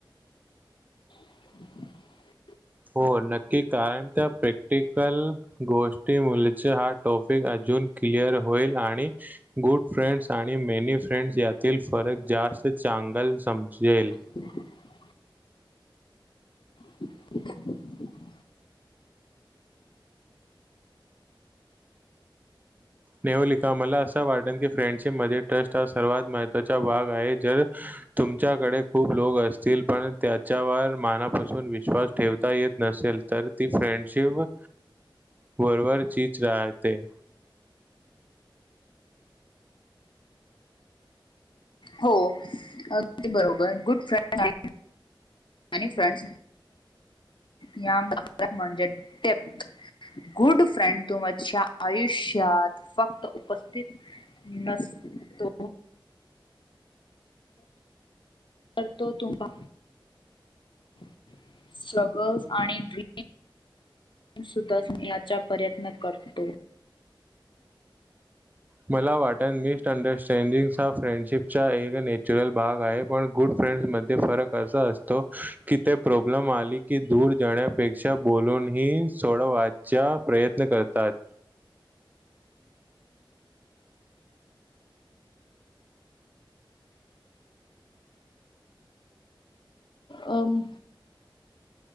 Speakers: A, on the left; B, on the right.
A: <inaudible>
B: हो, नक्की. कारण, त्या प्रॅक्टिकल गोष्ट मुलेच, हा टॉपिक अजून क्लिअर होईल. आणि गुड फ्रेंड्स आणि मेनी फ्रेंड्स, यातील फरक जास्त चांगल समजेल.
A: <inaudible> <inaudible>
B: नेहलिका मला असं वाटत की, फ्रेंडशिपमध्ये, ट्रस्ट हा सर्वात महत्त्वाचा भाग आहे. जर तुमच्याकडे खूप लोक असतील. पण त्याच्यावर मनापासून विश्वास ठेवता येत नसेल तर, ती फ्रेंडशिप. वरवरचीच राहते.
A: हो, अगदी बरोबर. गुड फ्रेंडस् आणि <unintelligible> फ्रेंडस. याम द म्हणजे टेप <inaudible> गुड फ्रेंड तुमच्या आयुष्यात फक्त उपस्थित नसतो. तरतो तुम्हा <inaudible> सगल्स आणि ड्रीम सुद्धण्याचा प्रयत्न करतो.
B: मला वाटत, मिस अंडरस्टँडिंग् हा फ्रेंडशिप चा एक नॅचरल भाग आहे. पण गुड फ्रेंड्समध्ये फरक असा असतो कि, ते प्रॉब्लेम आली की दूर जाण्यापेक्षा, बोलून ही सोडवाचा प्रयत्न करतात.
A: अं